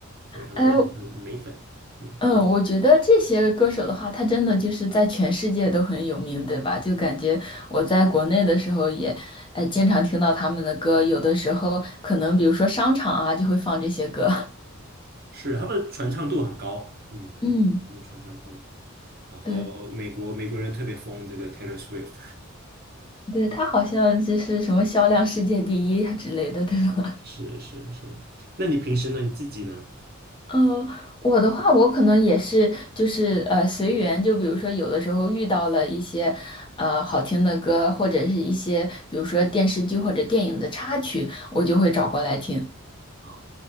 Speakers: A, on the right; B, on the left.
A: 对，他们是他们的美粉，
B: 哎
A: 嗯，
B: 嗯，我觉得这些歌手的话，他真的就是在全世界都很有名，对吧？就感觉我在国内的时候也，哎，经常听到他们的歌，有的时候可能比如说商场啊，就会放这些歌，
A: 是他们的传唱度很高，嗯，
B: <laughs> 嗯，
A: 很多传唱度。然后美国美国人特别疯这个
B: 对，
A: Taylor Swift，
B: 对，他好像就是什么销量世界第一之类的，对吧？
A: <laughs> 是是是。那你平时呢？你自己呢？
B: <laughs> 嗯，我的话，我可能也是，就是呃，随缘。就比如说，有的时候遇到了一些呃好听的歌，或者是一些比如说电视剧或者电影的插曲，我就会找过来听。
A: <laughs> 哦